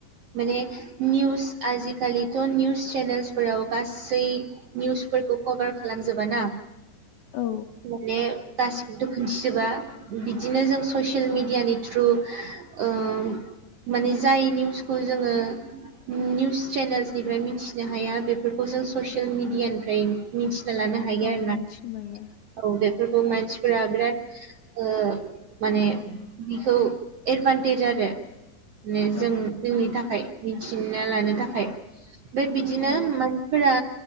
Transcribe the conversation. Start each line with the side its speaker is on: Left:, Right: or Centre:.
Right: माने निउस आजिकालिथ' निउस चेनेल्सफोराव गासै निउसफोरखौ कभार खालामजोबाना
Left: औ
Right: माने गासिखौबोथ' खोनन्थिजोबा बिदिनो जों ससियेल मिडियानि थ्रु ओ माने जाय निउसखौ जोङो निउस चेनेल्सनिफ्राय मिथिनो हाया बेफोरखौ जों ससियेल मिडियानिफ्राय मिथिना लानो हायो
Left: औ
Right: आरो ना
Left: मिथि मोनो
Right: औ बेफोरखौ मानसिफोरा बिराद ओ माने बिखौ एडभान्टेज आरो माने
Left: औ
Right: जों जोंनि थाखाय मिथिना लानो थाखाय ओमफ्राय बिदिनो
Left: औ
Right: मानसिफोरा